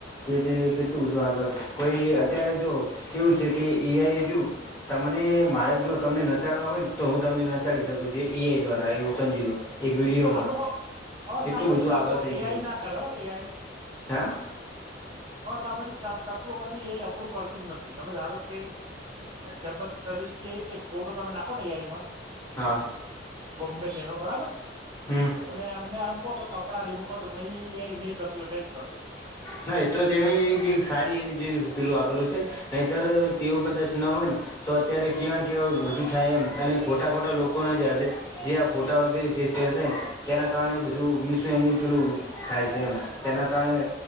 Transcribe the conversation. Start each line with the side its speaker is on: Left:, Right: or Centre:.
Left: કે તે કેટલું બધું આગળ કોઈ અત્યારે જો કેવું છે કે એઆઈ જો તમને મારે
Right: હ આ
Left: જોઓ તમને નચાડવા હોય ને. તો હું તમને નચાડી શકું. જે એ આઈ દ્વારા એવું સમજી લો. એક વિડીયોમાં
Right: હા તો પણ અસામાજિક
Left: એટલું બધું
Right: તત્વ
Left: આગળ થઈ
Right: એઆઈ
Left: ગયું
Right: ના કર હો એઆઈ.
Left: હા?
Right: અસામાજિક તત્વો કદી એઆઈ અપ્રુવ કરતું જ નથી. તમે ધારો કે એક્ઝામ્પલ તરીકે એક ફોટો તમે નાખો ને એ આઈમાં
Left: હા
Right: ગમે તેનો બરાબર
Left: હમ
Right: તમે એમને એમ કહો કે કપડા રીમૂવ કર દઉ પણ એ એઆઈ નઈ કરતું એ નહી જ કરતું.
Left: હા એ તો તેમે એક સારી એની જે પેલું આપેલું છે. નહીતર તેવું કદાચ ન હોય ને. તો અત્યારે કેવાને કેવા બધુ થાય એમ અને ખોટા ખોટા લોકોને જે આજે જે આ ફોટા વગેરે જે શેર થાય તેના કારણે બધું મિસમે પેલું થાય છે એમ. તેના કારણે